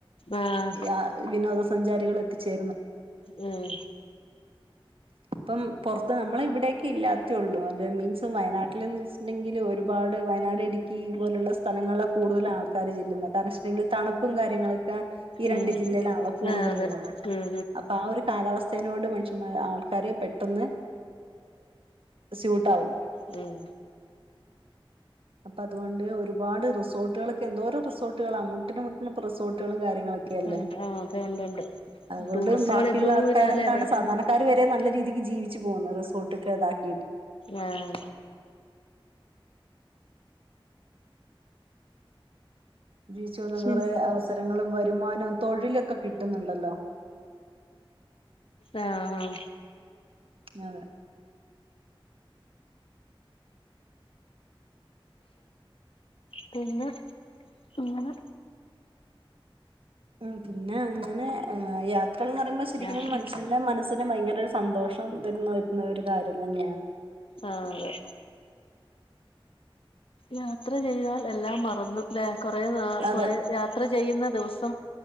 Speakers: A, on the left; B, on the right.
A: ആഹ്
B: എഹ് ആ വിനോദ സ സഞ്ചാരികൾ എത്തിച്ചേ
A: ഉം.
B: ഇപ്പം പുറത്ത് നമ്മള ഇവിടെയൊക്കെ ഇല്ലാത്തേ ഉള്ളൂ അ മീൻസ് വയനാട്ടിലന്ന് വെച്ചിട്ടുണ്ടെങ്കിൽ ഒരുപാട് വയനാട് ഇടുക്കി പോലുള്ള സ്ഥലങ്ങളെ കൂടുതൽ ആൾക്കാര് ചെല്ലുന്നുന്നത് കാരണം വെച്ചിട്ടണ്ടെങ്കിൽ തണുപ്പും കാര്യങ്ങളൊക്കെ ഈ രണ്ട്
A: ഉം
B: ജില്ലയിലാണല്ലോ കൂടുതലുള്ളത്
A: ആഹ് അതെ ഉം
B: അപ്പൊ ആ ഒരു കാലാവസ് <unintelligible> നോട് മനുഷ്യമാര് ആൾ ആൾക്കാര് പെട്ടെന്ന് സ്യൂട്ടാവും.
A: ഉം.
B: അപ്പൊ അതുകൊണ്ട് ഒരുപാട് റിസോർട്ടുകളൊക്കെ എന്തോരോ റിസോർട്ടുകളാണ് മുട്ടിനു മുട്ടിന് റിസോർട്ടുകളും കാര്യങ്ങളൊക്കെ അല്ലേ
A: ഉണ്ട് ആ അതെ ഉണ്ട് ഉണ്ട്
B: അതുകൊണ്ട്
A: ടൂറിസ്റ്റുകൾ
B: ബാക്കിയുള്ള
A: എന്തൂരാല്ലെ
B: ആൾക്കാരെന്താണ്
A: വരുന്ന്
B: സാധാരണക്കാര് വരെ നല്ല രീതിക്ക് ജീവിച്ച് പോകു റിസോർട്ടക്കെതാക്ക <unintelligible>
A: ആഹ
B: ജീവിച്ചു വന്ന
A: ശ്
B: കുറെേ അവസരങ്ങളും വരും മാനോം തൊഴിലും ഒക്കെ കിട്ടുന്നുണ്ടല്ലോ
A: ആഹ ആഹ.
B: ആഹ്
A: പിന്നെ ഇങ്ങെനെ
B: ഉം പിന്നെ അങ്ങനെ ഏ യാ <unintelligible> പറയ്മ്പോ ശരിക്കിനും
A: യാത്ര
B: മനുഷ്യന്റെ മനസ്സിന് ഭയങ്കര സന്തോഷം തരുന്ന <unintelligible> വരുന്ന ഒരു കാര്യം തന്നെയാണ്.
A: ആഹ് അതെ യാത്ര ചെയ്താൽ എല്ലാം മറന്നുല്ലേ. കൊറെ നാ
B: അതെ
A: കൊറെ യാത്ര ചെയ്യുന്ന ദിവസം